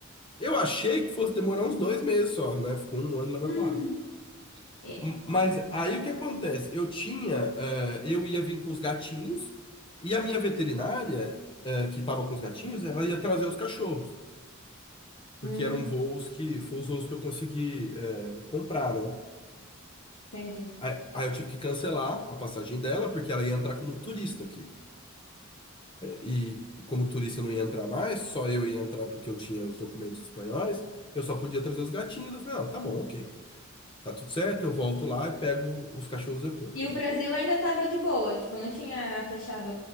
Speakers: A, on the left (about 25°); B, on the left (about 80°).
A: Eu achei que fosse demorar uns dois meses só, né? Ficou um ano lá vai
B: Hum,
A: pro ar.
B: É.
A: M- Mas aí o que acontece? Eu tinha, eh, eu ia vir com os gatinhos e a minha veterinária, eh, que estava com os gatinhos, ela ia trazer os cachorros, porque
B: Uhum,
A: eram voos que, foram os voos que eu consegui, eh, comprar, né?
B: entendi.
A: Aí, aí eu tive que cancelar a passagem dela, porque ela ia entrar como turista aqui. e como turista eu não ia entrar mais, só eu ia entrar porque eu tinha os documentos espanhóis, eu só podia trazer os gatinhos. Eu falei, não, tá bom, ok. Tá tudo certo, eu volto lá e pego os cachorros depois,
B: E
A: né?
B: o Brasil ainda tava de boa, tipo, não tinha fechado